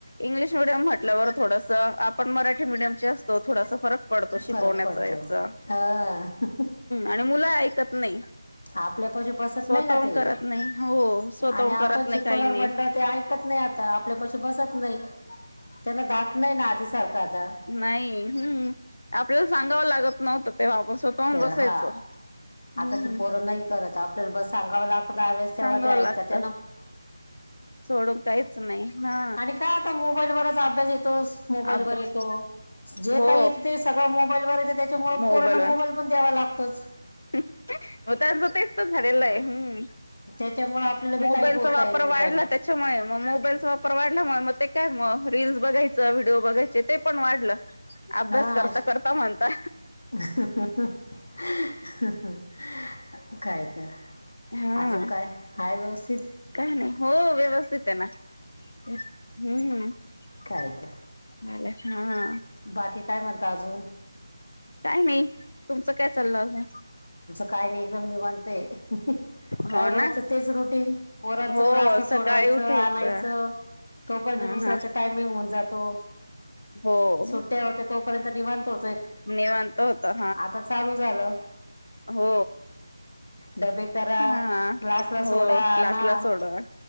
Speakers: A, on the left (about 85°); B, on the left (about 65°).
A: इंग्लिश मिडियम म्हटल्यावर थोडस आपण मराठी मिडियम असतो, थोडासा फरक पडतो शिकवण्याचा
B: फरक पडतो
A: याचा्
B: हां
A: आणि मुलं ऐक नाही.
B: आपल्या पाशी बसत
A: स्वतःहून
B: नाही ना ते,
A: करत नाही हो स्वतःहून
B: आणि आपण
A: करत नाही
B: शिकवणावर
A: काही नाही
B: म्हटलं ते ऐकत नाही आता आपल्या पाशी बसत नाही, त्यांना धाक नाही ना आधी सारखा आता
A: नाही हम्म आपल्याला सांगावं लागत नव्हतं, तेव्हा आपण स्वतःहून
B: तेव्हा
A: बसायचो.
B: हा
A: हम्म्.
B: आताची पोरं नाही करत आपल्याला सांगाव लागत तेव्हा
A: सांगावं
B: ते ऐकतात
A: लागतं सोडून काहीच नाही हा
B: आणि काय आता मोबाईलवरच अभ्यास येतो मोबाईल
A: अभ्यास
B: वर येतो जे
A: हो
B: काही येत ते सगळं मोबाईल वरच य त्याच्यामुळे
A: मोबाईलवर
B: पोरांना मोबाईल पण द्यावा लागतो. <unintelligible> <inaudible>
A: <inaudible> <unintelligible> मग त्यांचं तेच तर झालेलं आहे. हम्म
B: त्याच्यामुळे आपल्याला बी
A: मोबाईलचा
B: काही बोलता
A: वापर
B: येत नाही
A: वाढला
B: काय नाही
A: त्याच्यामुळे, मग मोबाईलचा वापर वाढल्यामुळे मग ते काय मग रीलल् बघायचं व्हिडिओ बघायचे ते पण वाढलं अभ्यास
B: हा
A: करता करता म्हणता
B: <unintelligible> काय तर
A: हा
B: <unintelligible> अजून काय हाय व्यवस
A: काय नाही हो व्यवस्थित आहे ना. हम्म. <unintelligible>
B: काय तर
A: हां
B: बाकी काय म्हनता आजून.
A: काय नाही. तुमचं काय चाललं अजून?
B: काही नाही एकदम निवांत आहे. काय
A: हो
B: रोजचं
A: ना
B: तेच रुटीन पोरांचं
A: हो
B: क्लास ला सोडवायचं
A: सकाळी उठायचं
B: आणायचं तोपर्यंत
A: हा
B: दुसऱ्याचं
A: हा
B: टायमिंग होऊन जात. तो.
A: हो
B: सुट्या होते तो पर्यंत निवांत हॊ
A: निवांत होतं.
B: आता चालू झालं.
A: हो
B: डबे करा
A: हा
B: क्लासला
A: हो
B: सोडा
A: क्लासला
B: आणा
A: सोडवा.